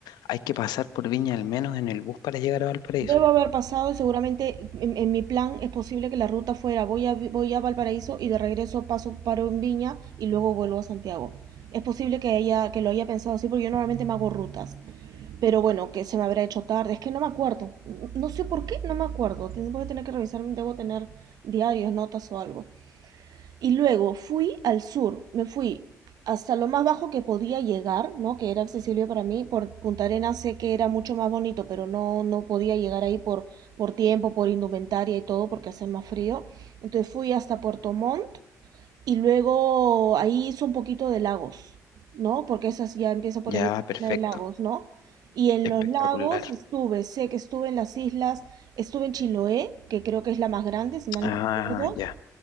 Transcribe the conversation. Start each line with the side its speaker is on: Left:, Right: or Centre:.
Left: hay que pasar por Viña al menos en el bus para llegar a Valparaíso.
Right: debo haber pasado y seguramente en, en mi plan es posible que la ruta fuera voy a, voy a Valparaíso y de regreso paso paro en Viña y luego vuelvo a Santiago. Es posible que haya, que lo haya pensado así porque yo normalmente me hago rutas. Pero bueno, que se me habrá hecho tarde, es que no me acuerdo. No sé por qué, no me acuerdo. Ten- Voy a tener que revisar, debo tener diarios, notas o algo. Y luego fui al sur, me fui hasta lo más bajo que podía llegar, ¿no? Que era accesible para mí. Por Punta Arenas sé que era mucho más bonito, pero no, no podía llegar ahí por, por tiempo, por indumentaria y todo, porque hace más frío. Entonces fui hasta Puerto Montt y luego ahí hice un poquito de lagos, ¿no? Porque esas ya empieza por
Left: Ya,
Right: ahí,
Left: perfecto.
Right: la zona de lagos, ¿no? Y en
Left: Espectacular.
Right: los lagos estuve, sé que estuve en las islas, estuve en Chiloé, que creo que es la más grande, si mal
Left: Ah,
Right: no recuerdo.
Left: ya,